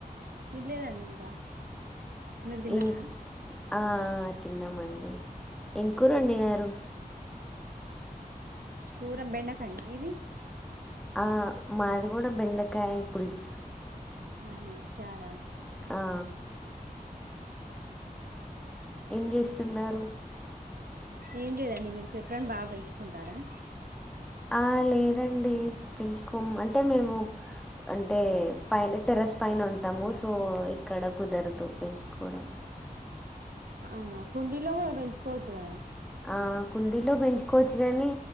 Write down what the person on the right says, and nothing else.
తిన్లేదండి ఇంకా మీరు తిన్నారా
కూరెం బెండకాయి మీది
ఊహు చారా
ఏం లేదండి మీరు చెట్లని బాగ పెంచుకుంటారా
అవునా కుండీలో కూడా పెంచుకోవచ్చు కదా